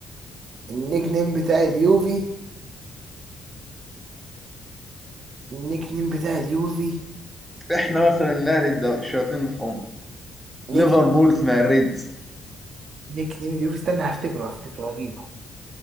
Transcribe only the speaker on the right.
النيك نيم بتاع اليوفي النيك نيم بتاع اليوفي
نيك
نيك نيم اليوفي استنى هفتكره هفتكره هجيبه